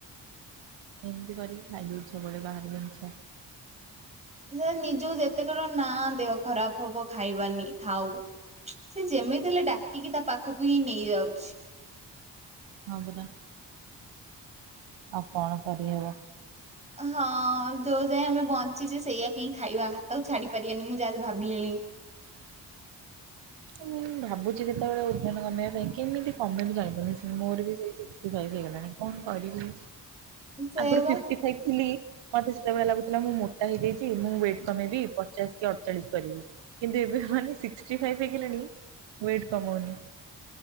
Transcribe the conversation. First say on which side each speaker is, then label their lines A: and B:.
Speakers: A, on the right; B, on the right.
A: ଏମିତି କରିକି ଖାଇ ଦଉଛି ସବୁ ବଳେ ବାହାର ଜିନିଷ।
B: ସେ ନିଜ କୁ ଯେତେ ଥର ନା ଦେହ ଖରାପ ହବ ଖାଇବାନି ଥାଉ। ସିଏ ଯେମିତି ହେଲେ ଡାକିକି ତା ପାଖକୁ ହିଁ ନେଇ ଯାଉଛି।
A: ହଁ ପରା ଆଉ କଣ କରି ହେବ।
B: ହଁ ଯୋଉ ଯାଏଁ ଆମେ ବଞ୍ଚିଛେ ସେଇଆକୁ ହିଁ ଖାଇବା ତାକୁ ଛାଡି ପାରିବାନି ମୁଁ ଯାହା ଭାବିଲିଣି।
A: ମୁଁ ବି ଭାବୁଛି କେତେବେଳେ ଓଜନ କମେଇବା ପାଇଁ କେମିତି କମେଇ ବି ଜାଣି ପାରୁନି ସି ମୋର। ସିଏ ସେଇ ସିକ୍ସଟି ଫାଇବ୍ ହେଇ ଗଲାଣି କଣ କରିବି
B: ସେଇବା
A: ଆଗରୁ ଫିଫ୍ଟି ଫାଇବ୍ ଥିଲି। ମତେ ସେତେବେଳେ ଲାଗୁଥିଲା ମୁଁ ମୋଟା ହେଇଯାଇଛି ମୁଁ ୱେଟ୍ କମେଇବି ପଚାଶ କି ଅଡଚାଳିଶ କରିବି। କିନ୍ତୁ ଏବେ ମାନେ ସିକ୍ଟିଫାଇଭ ହେଇଗଲେଣି ୱେଟ କମଉନି।